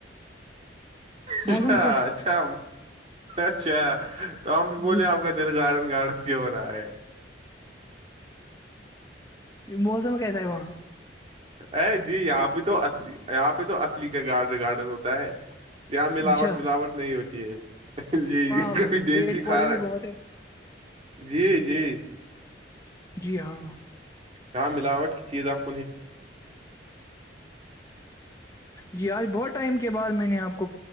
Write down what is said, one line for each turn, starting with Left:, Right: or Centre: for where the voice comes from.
Right: اچھا
Left: موسم کیسا
Right: اچھا اچھا تو ہم بھی بولے
Left: جی
Right: آپ کا دل گار گاڑ جو رہا ہے
Left: موسم کیسا ہے وہاں
Right: ا جی یہاں پہ تو اصلی یہاں پہ تو اصلی کا گارڈن گارڈن ہوتا ہے یہاں ملاوٹ
Left: اچھا
Right: ملاوٹ نہیں ہوتی ہے یہ
Left: وہاں
Right: کھی دیسی
Left: پیڑ پودے
Right: کھانا
Left: بھی بہت ہے
Right: جی جی
Left: جی ہاں
Right: یہاں ملاوٹ کی چیز اب
Left: جی آج بہت ٹائم کے بعد میں نے آپ کو